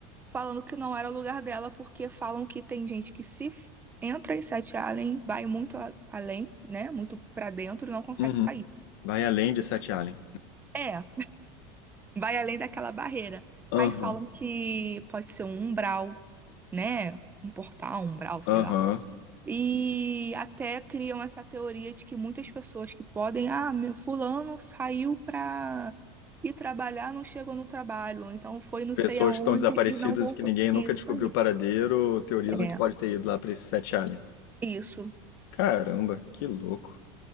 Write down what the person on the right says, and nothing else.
falando que não era o lugar dela, porque falam que tem gente que se f- entra em Sete Allen, vai muito a- além, né? Muito pra dentro e não consegue
sair.
É, vai além daquela barreira.
Aí falam que pode ser um umbral, né? Um portal, um umbral, sei
lá. E até criam essa teoria de que muitas pessoas que podem, ah, meu fulano saiu pra ir trabalhar, não chegou no trabalho, ou então foi não
sei aonde
e não voltou.
Isso
aí.
É.
Isso.